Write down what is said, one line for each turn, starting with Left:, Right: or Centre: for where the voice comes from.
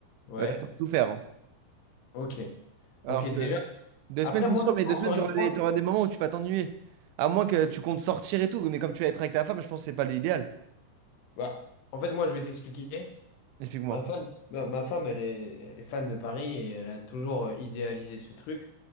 Left: Ouais.
Right: euh, t'as le temps de tout faire. hein.
Left: Ok.
Right: Alors
Left: Ok, déjà.
Right: que deux
Left: Après,
Right: semaines, c'est
Left: moi,
Right: sûr, mais
Left: encore
Right: deux semaines, t'auras
Left: une
Right: des,
Left: fois,
Right: t'auras des moments où tu vas t'ennuyer. À moins que tu comptes sortir et tout. Mais comme tu vas être avec ta femme, je pense que c'est pas l'idéal.
Left: bah, en fait, moi, je vais t'expliquer.
Right: Explique-moi.
Left: Ma femme, ma, ma femme, elle est, elle est fan de Paris et elle a toujours euh, idéalisé ce truc.